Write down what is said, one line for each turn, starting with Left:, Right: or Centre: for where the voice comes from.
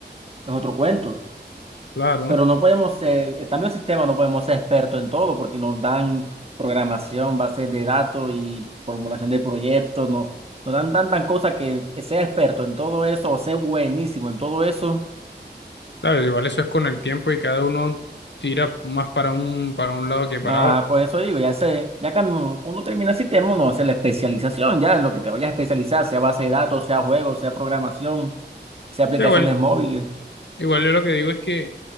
Right: es otro cuento.
Left: claro,
Right: Pero no podemos ser, estando en sistema, no podemos ser expertos en todo porque nos dan programación, bases de datos y formulación de proyectos. No, nos dan tantas cosas que ser experto en todo eso o ser buenísimo en todo eso
Left: claro, igual eso es con el tiempo y cada uno tira más para un, para un lado que para
Right: Ajá,
Left: otro.
Right: por eso digo, ya sé, ya cuando uno termina el sistema, uno hace la especialización, ya en lo que te vayas a especializar, sea base de datos, sea juegos, sea programación, sea aplicaciones
Left: sí igual,
Right: móviles.
Left: igual yo lo que digo es que